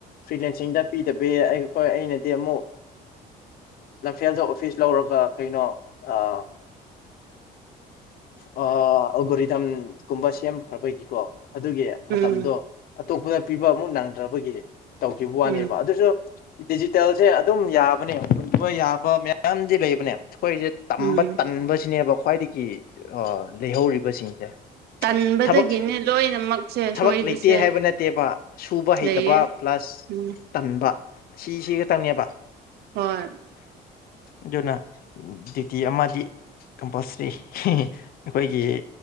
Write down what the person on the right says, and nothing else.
ꯎꯝ
ꯎꯝ
ꯎꯝ
ꯇꯟꯕꯗꯒꯤꯅꯦ
ꯂꯣꯏꯅꯃꯛꯁꯦ
ꯁꯣꯏꯕꯁꯦ
ꯂꯩꯌꯦ
ꯎꯝ
ꯍꯣꯏ꯫